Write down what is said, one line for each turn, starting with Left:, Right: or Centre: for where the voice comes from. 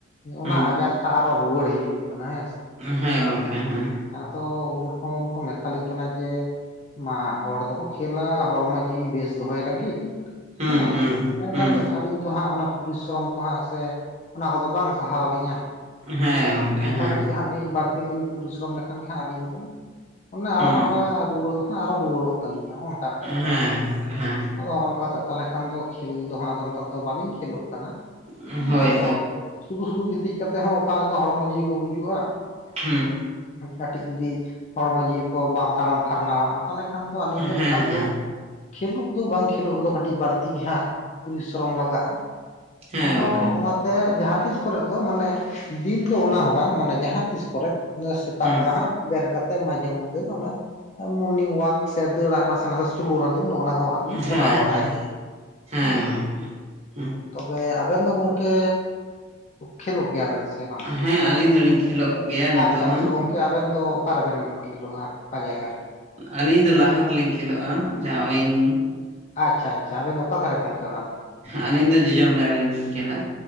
Right: ᱦᱩᱸ
Left: ᱚᱱᱟ ᱟᱢᱟᱨ, ᱟᱨᱚ ᱨᱩᱣᱟᱹᱲ ᱦᱤᱡᱩᱜ ᱠᱟᱱᱟ ᱦᱮᱸ ᱥᱮ᱾
Right: ᱦᱮᱸ ᱜᱚᱝᱠᱮ ᱦᱮᱸ᱾
Left: ᱛᱚ ᱩᱱᱠᱷᱚᱱᱱ ᱠᱚ ᱢᱮ ᱢᱮᱛᱟᱞᱤᱧ ᱠᱟᱱᱟ ᱡᱮ ᱢᱟ ᱦᱚᱲ ᱫᱚᱵᱚ ᱠᱷᱮᱞᱟ ᱦᱚᱲᱢᱚ ᱡᱤᱣᱤ ᱵᱮᱥ ᱫᱚᱦᱚᱭ ᱞᱟᱹᱜᱤᱫ᱾
Right: ᱦᱩᱸ
Left: ᱦᱮᱸ
Right: ᱦᱩᱸ
Left: ᱢᱮᱱᱠᱷᱟᱱ
Right: ᱦᱩᱸ
Left: ᱟᱹᱞᱤᱧ, ᱫᱚ ᱦᱟᱸᱜ ᱚᱱᱟ ᱯᱚᱨᱤᱥᱨᱚᱢ ᱠᱚ ᱦᱟᱸᱜ ᱥᱮ ᱚᱱᱟ ᱠᱚᱫᱚ ᱵᱟᱝ ᱥᱟᱦᱟᱣᱞᱤᱧᱟᱹ᱾
Right: ᱦᱮᱸ ᱜᱚᱝᱠᱮ
Left: ᱚᱱᱠᱟ
Right: ᱦᱮᱸ
Left: ᱠᱟᱹᱴᱤᱡ ᱦᱟᱸᱜ ᱵᱟᱹᱲᱛᱤ ᱞᱤᱧ ᱯᱚᱨᱤᱥᱨᱚᱢ ᱞᱮᱠᱷᱟᱱ ᱜᱮ ᱦᱟᱸᱜ ᱟᱹᱞᱤᱧ ᱫᱚ ᱚᱱᱮ ᱟᱨᱚ
Right: ᱦᱩᱸ
Left: ᱦᱟᱸᱜ ᱚᱱᱮ ᱨᱩᱣᱟᱹ ᱫᱚ ᱦᱟᱸᱜ ᱟᱨᱚ ᱨᱩᱣᱟᱹᱲᱚᱜ ᱛᱟᱞᱤᱧ, ᱦᱮᱸ ᱚᱱᱠᱟ ᱢᱤᱫᱴᱟᱝ ᱵᱮᱯᱟᱨ
Right: ᱦᱮᱸ ᱜᱚᱝᱠᱮ ᱦᱮᱸ
Left: ᱟᱫᱚ ᱚᱱᱠᱟ ᱠᱟᱛᱮ ᱛᱟᱦᱚᱞᱮ ᱠᱷᱟᱱ ᱫᱚ ᱠᱷᱮ ᱠᱷᱮᱞ ᱫᱚ ᱦᱟᱸᱜ ᱟᱫᱚ ᱱᱮᱛᱟᱨ ᱫᱚ ᱵᱟᱹᱞᱤᱧ ᱠᱷᱮᱞᱳᱜ ᱠᱟᱱᱟ
Right: ᱦᱳᱭ
Left: ᱦᱮᱸ
Right: ᱦᱳᱭ
Left: ᱟᱫᱚ, ᱥᱩᱫᱩ ᱥᱩᱫᱩ ᱜᱤᱛᱤᱡ ᱠᱟᱛᱮ ᱦᱚᱸ ᱚᱠᱟ ᱞᱮᱠᱟ ᱦᱚᱲᱢᱚ ᱡᱤᱣᱤ ᱠᱚ ᱵᱩᱡᱩᱜᱼᱟ᱾
Right: ᱦᱩᱸ᱾
Left: ᱠᱟᱹᱴᱤᱡ ᱡᱩᱫᱤ ᱦᱚᱲᱢᱚ ᱡᱤᱣᱤ ᱠᱚ ᱵᱟᱢ ᱛᱟᱲᱟᱢ ᱯᱷᱟᱨᱱᱟ ᱱᱟᱣᱟᱜᱼᱟ ᱛᱟᱦᱚᱞᱮ, ᱠᱷᱟᱱ ᱫᱚ ᱟᱹᱞᱤᱧ
Right: ᱦᱮᱸ
Left: ᱫᱚ ᱱᱮᱛᱟᱨ
Right: ᱦᱮᱸ
Left: ᱫᱚ ᱠᱷᱮᱞᱳᱜ ᱫᱚ ᱵᱟᱝ ᱠᱷᱮᱞᱳᱜ ᱨᱮᱫᱚ ᱠᱟᱹᱴᱤᱡ ᱵᱟᱹᱲᱛᱤ ᱜᱮ ᱦᱟᱸᱜ ᱯᱚᱨᱤᱥᱨᱚᱢ ᱞᱟᱜᱟᱜᱼᱟ᱾
Right: ᱦᱮᱸ
Left: ᱟᱫᱚ
Right: ᱜᱚᱝᱠᱮ
Left: ᱚᱱᱟ ᱛᱮ ᱡᱟᱦᱟᱸ ᱛᱤᱥ ᱠᱚᱨᱮ ᱫᱚ ᱢᱟᱱᱮ ᱫᱤᱱ ᱫᱚ ᱚᱱᱟ ᱦᱚᱸ ᱵᱟᱝ ᱢᱟᱱᱮ ᱡᱟᱦᱟᱸ ᱛᱤᱥ ᱠᱚᱨᱮᱫ ᱮᱸᱜ ᱥᱮᱛᱟᱜ
Right: ᱦᱩᱸ
Left: ᱵᱮᱲᱟ ᱦᱟᱸᱜ ᱵᱮᱨᱮᱫ ᱠᱟᱛᱮ ᱢᱟᱡᱷᱮ ᱢᱚᱫ ᱫᱷᱮ ᱚᱱᱮ ᱢᱚᱨᱱᱤᱝ ᱚᱣᱟᱠ ᱥᱮ ᱫᱟᱹᱲᱟᱜ ᱱᱟᱥᱮ ᱦᱩᱥ ᱥᱳᱞᱳ ᱨᱟᱱᱤᱝ, ᱚᱱᱟ ᱠᱚ ᱦᱟᱸᱜ ᱞᱤᱧ
Right: ᱦᱮᱸ
Left: ᱠᱚᱨᱟᱣ ᱵᱟᱲᱟᱭ
Right: ᱦᱮᱸ
Left: ᱜᱮᱭᱟ
Right: ᱦᱮᱸ
Left: ᱦᱩᱸ᱾
Right: ᱜᱚᱝᱠᱮ ᱦᱩᱸ
Left: ᱛᱚᱵᱮ ᱟᱵᱮᱱ ᱫᱚ ᱜᱚᱝᱠᱮ ᱠᱷᱮᱞᱳᱜ ᱜᱮᱭᱟᱵᱮᱱ ᱥᱮ? ᱥᱮ ᱵᱟᱝᱟ
Right: ᱦᱮᱸ ᱟᱹᱞᱤᱧ ᱫᱚᱞᱤᱧ ᱠᱷᱮᱞᱳᱜ ᱜᱮᱭᱟ ᱱᱤᱛᱚᱜ
Left: ᱟᱪᱪᱷᱟ
Right: ᱦᱚᱸ
Left: ᱛᱚᱵᱮ ᱜᱚᱝᱠᱮ ᱟᱵᱮᱱ ᱫᱚ ᱚᱠᱟ ᱨᱮᱵᱮᱱ ᱠᱷᱮᱞᱳᱜᱼᱟ ᱚᱠᱟ ᱡᱟᱭᱜᱟ ᱨᱮ?
Right: ᱟᱹᱞᱤᱧ ᱫᱚ ᱞᱟᱦᱟ ᱨᱮᱞᱤᱧ ᱠᱷᱮᱞᱳᱜᱼᱟ ᱡᱟᱦᱟᱸ ᱩᱭᱤᱝ
Left: ᱟᱪᱪᱷᱟ ᱟᱪᱪᱷᱟ ᱟᱵᱮᱱ ᱫᱚ ᱚᱠᱟ ᱫᱷᱟᱨᱮ ᱵᱮᱱ ᱛᱟᱦᱮᱱᱟ?
Right: ᱟᱹᱞᱤᱧ ᱫᱚ ᱡᱚᱡᱚᱢ ᱫᱷᱟᱨᱮ ᱞᱤᱧ ᱠᱷᱮᱞᱟ